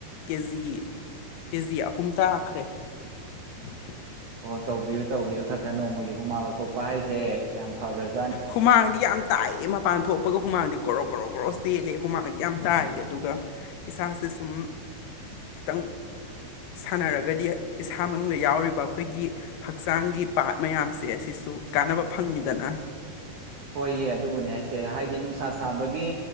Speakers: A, on the left; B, on the right.
A: ꯀꯦ ꯖꯤ ꯀꯦ ꯖꯤ ꯑꯍꯨꯝ ꯇꯥꯈ꯭ꯔꯦ <unintelligible>
B: ꯑꯣ ꯇꯧꯕꯤꯌꯨ ꯇꯧꯕꯤꯌꯨ ꯈꯔ ꯈꯔ ꯅꯣꯡꯃꯒꯤ ꯍꯨꯃꯥꯡ ꯂꯧꯊꯣꯛꯄ ꯍꯥꯏꯁꯦ ꯌꯥꯝ ꯐꯈ꯭ꯔꯁꯦ
A: ꯍꯨꯃꯥꯡꯗꯤ ꯌꯥꯝ ꯇꯥꯏꯑ ꯃꯄꯥꯟ ꯊꯣꯛꯄꯒ ꯍꯨꯃꯥꯡꯗꯤ ꯣꯔꯣ ꯣꯔꯣ ꯣꯔꯣ ꯆꯦꯜꯂꯦ ꯍꯨꯃꯥꯡꯗꯤ ꯌꯥꯝ ꯇꯥꯏꯑ ꯑꯗꯨꯗ ꯑꯗꯨꯒ ꯏꯁꯥꯁꯦ ꯁꯨꯝ ꯈꯤꯇꯪ ꯁꯥꯟꯅꯔꯒꯗꯤ ꯏꯁꯥ ꯃꯅꯨꯡꯗ ꯌꯥꯎꯔꯤꯕ ꯑꯩꯈꯣꯏꯒꯤ ꯍꯛꯆꯥꯡꯒꯤ ꯄꯥꯠ ꯃꯌꯥꯝꯁꯦ ꯑꯁꯤ ꯁꯨ ꯀꯥꯟꯅꯕ ꯐꯪꯉꯤꯗꯅ
B: ꯍꯣꯏꯌꯦ ꯑꯗꯨꯕꯨꯅꯦ ꯍꯥꯏꯁꯦ ꯍꯥꯏꯗꯤ ꯅꯨꯡꯁꯥ ꯁꯥꯕꯒꯤ